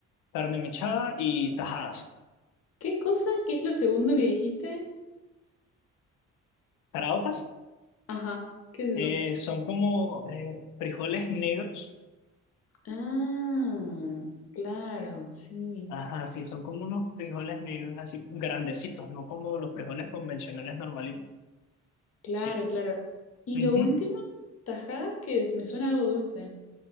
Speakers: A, on the left (about 85°); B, on the left (about 50°).
A: carne mechada y tajadas.
B: ¿Qué cosa? ¿Qué es lo segundo que dijiste?
A: Caraotas
B: Ajá, ¿qué es
A: eh,
B: eso?
A: son como eh, frijoles negros
B: Ah, claro, sí,
A: Ajá, sí, son como unos frijoles negros así, grandecitos, no como los frijoles convencionales normalitos.
B: claro,
A: Sí.
B: claro. ¿Y
A: Ujú.
B: lo último? ¿Tajada? ¿Qué es? Me suena algo dulce.